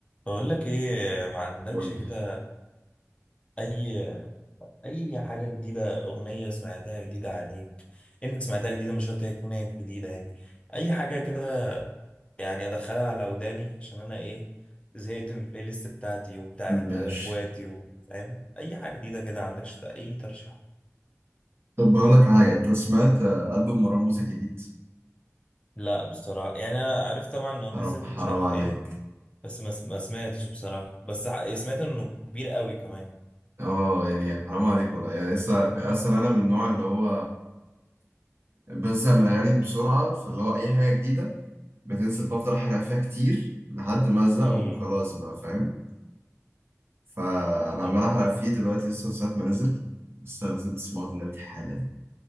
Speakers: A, on the left (about 25°); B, on the right (about 50°).
A: بقول لك ايه ما عندكش
B: قول
A: كده
B: لي.
A: اي اي حاجه جديده اغنيه سمعتها جديده عليك انت سمعتها جديده مش شرط هي تكون هي جديده يعني اي حاجه كده يعني ادخلها على وداني عشان انا ايه زهقت من البلاي ليست بتاعتي وبتاعت
B: ماشي
A: اخواتي وفاهم اي حاجه جديده كده عندكش اي ترشيح
B: طب هقول لك على حاجة أنت سمعت آه، ألبوم مروان موسى الجديد
A: لا بصراحه يعني انا عرفت طبعا انه نزل
B: حرام حرام
A: مش عارف
B: عليك
A: ايه بس ما ما سمعتش بصراحه بس ح- يعني سمعت انه كبير قوي كمان
B: أه يعني حرام عليك والله يعني لسه أصلا أنا من النوع اللي هو بزهق من الأغاني بسرعة فاللي هو أي حاجة جديدة بتنزل بفضل أحرق فيها كتير لحد ما أزهق
A: امم
B: وخلاص بقى فاهم فأنا
A: طب
B: عمال أحرق فيه دلوقتي لسه من ساعة ما نزل لسه لازم تسمعه دلوقتي حالا